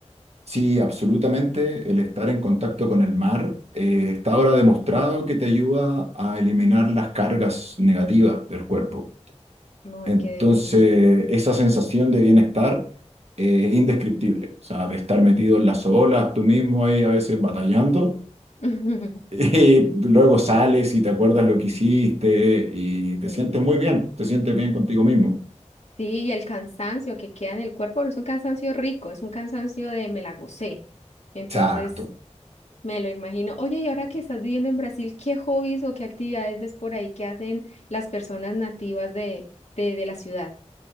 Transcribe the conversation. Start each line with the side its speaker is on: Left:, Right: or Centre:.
Right: Sí, absolutamente. El estar en contacto con el mar eh, está ahora demostrado que te ayuda a eliminar las cargas negativas del cuerpo.
Left: Ay,
Right: Entonces,
Left: qué delicia.
Right: esa sensación de bienestar eh, es indescriptible. O sea, de estar metido en las olas, tú mismo ahí a veces batallando.
Left: <laughs>
Right: <laughs> Y luego sales y te acuerdas lo que hiciste y te
Left: Sí,
Right: sientes muy bien, te sientes bien contigo mismo.
Left: sí, y el cansancio que queda en el cuerpo, pero es un cansancio rico, es un cansancio de me la gocé. Entonces,
Right: Exacto.
Left: Me lo imagino. Oye, y ahora que estás viviendo en Brasil, ¿qué hobbies o qué actividades ves por ahí que hacen las personas nativas de, de, de la ciudad?